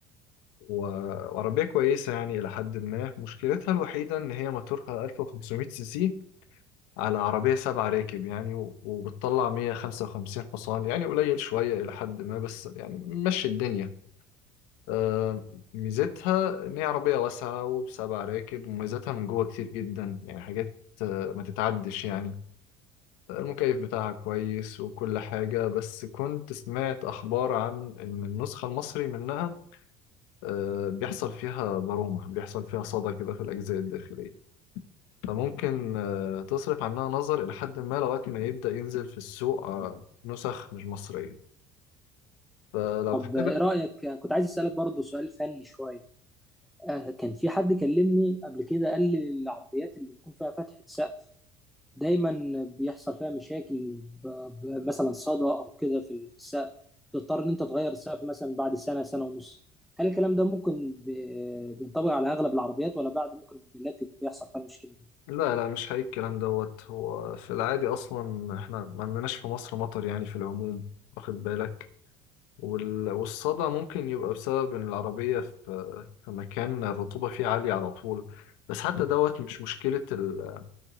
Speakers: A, on the left; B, in the centre.
A: و- وعربية كويسة يعني إلى حد ما مشكلتها الوحيدة إن هي موتورها 1500 سي سي على عربية سبع راكب يعني و- وبتطلع 155 حصان يعني قليل شوية إلى حد ما بس يعني مشي الدنيا آه، ميزتها إن هي عربية واسعة وبسبع راكب وميزتها من جوه كتير جدا يعني حاجات آه، ما تتعدش يعني آه، المكيف بتاعها كويس وكل حاجة بس كنت سمعت أخبار عن إن النسخة المصري منها آه، بيحصل فيها برومة بيحصل فيها صدى كده في الأجزاء الداخلية فممكن آه، تصرف عنها نظر إلى حد ما لغاية ما يبدأ ينزل في السوق آه، نسخ مش مصرية فلو
B: طب
A: حابب
B: آه، ايه رأيك آه، كنت عايز أسألك برضه سؤال فني شوية آه، كان في حد كلمني قبل كده قال لي العربيات اللي بيكون فيها فتحة سقف دايما بيحصل فيها مشاكل ب- ب- مثلا صدى أو كده في ال- في السقف بتضطر إن أنت تغير السقف مثلا بعد سنة سنة ونص هل الكلام ده ممكن ب- بينطبق على أغلب العربيات ولا بعد ممكن الموديلات بيحصل فيها المشكلة دي؟
A: لا لا مش حقيقي الكلام دوت هو في العادي اصلا احنا ما عندناش في مصر مطر يعني في العموم واخد بالك وال... والصدى ممكن يبقى بسبب ان العربية في في مكان الرطوبة فيه عالية على طول بس حتى دوت مش مشكلة ال... يعني